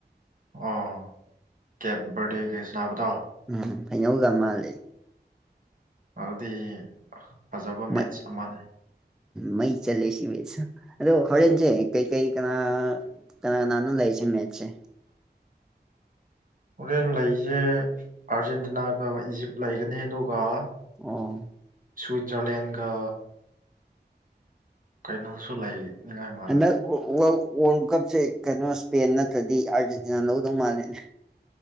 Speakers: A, on the right; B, in the centre.
A: ꯑ ꯀꯦ ꯔ ꯀ ꯁꯅꯥꯕꯗꯥ
B: ꯎꯝ ꯐꯉꯧꯒ ꯃꯥꯜꯂꯦ
A: ꯑꯗꯨꯗꯤ ꯐꯖꯕ ꯃꯦꯠꯆ
B: ꯃꯩ
A: ꯑꯃꯅꯤꯅꯦ
B: ꯃꯩ ꯆꯂꯦ ꯁꯤꯕꯦꯁ ꯑꯗꯨꯗꯣ ꯍꯔꯦꯟꯦꯟꯁꯦ ꯀꯩ ꯀꯩ ꯀꯅꯥ ꯀꯅ ꯅꯥꯅ ꯂꯩꯥꯏꯁ ꯃꯦꯆꯁꯦ
A: <inaudible> ꯍꯣꯔꯦꯟ ꯂꯩꯁꯦ ꯑꯥꯔꯖꯦꯟꯇꯤꯅꯥꯒ ꯏꯖꯤꯞ ꯂꯩꯒꯅꯤ ꯑꯗꯨꯒ
B: ꯑꯥ
A: ꯁ꯭ꯋꯤꯠꯖꯔꯂꯦꯟꯒ ꯀꯩꯅꯣꯗꯁꯨ ꯂꯩꯅꯤꯡꯉꯥꯏ ꯃꯥꯜꯂꯦ
B: ꯍꯟꯗꯛ ꯋꯥꯔꯜ ꯋꯥꯔꯜ ꯀꯞꯁꯦ ꯀꯩꯅꯣ ꯏꯁꯄꯦꯟ ꯅꯠꯇ꯭ꯔꯗꯤ ꯑꯥꯔꯖꯦꯟꯇꯤꯅꯥ ꯂꯧꯗꯧ ꯃꯥꯜꯂꯦꯅꯦ